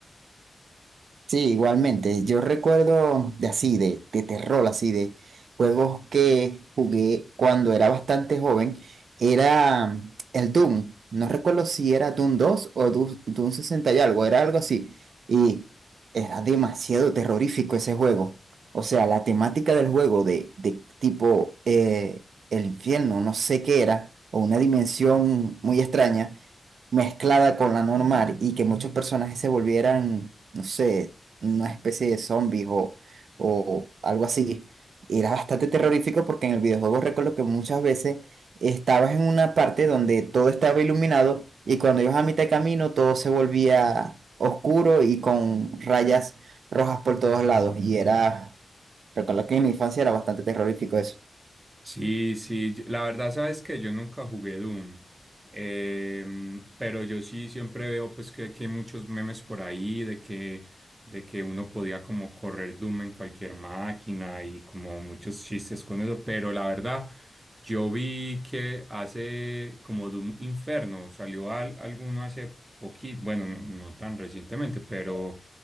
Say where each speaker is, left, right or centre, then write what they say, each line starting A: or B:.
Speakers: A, on the right; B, on the right.
A: Sí, igualmente. Yo recuerdo de así, de, de terror, así, de juegos que jugué cuando era bastante joven. Era el Doom. No recuerdo si era Doom dos o Doom, Doom 60 y algo, era algo así. Y era demasiado terrorífico ese juego. O sea, la temática del juego de, de tipo eh, el infierno, no sé qué era, o una dimensión muy extraña mezclada con la normal y que muchos personajes se volvieran, no sé, una especie de zombies o, o algo así. Y era bastante terrorífico porque en el videojuego recuerdo que muchas veces estabas en una parte donde todo estaba iluminado y cuando ibas a mitad de camino todo se volvía oscuro y con rayas rojas por todos lados. Y era, recuerdo que en mi infancia era bastante terrorífico eso.
B: Sí, sí, yo- la verdad sabes que yo nunca jugué Doom, em, pero yo sí siempre veo pues que, que hay muchos memes por ahí de que, de que uno podía como correr Doom en cualquier máquina y como muchos chistes con eso, pero la verdad yo vi que hace como Doom Inferno, salió al- alguno hace poquito, bueno, no, no tan recientemente, pero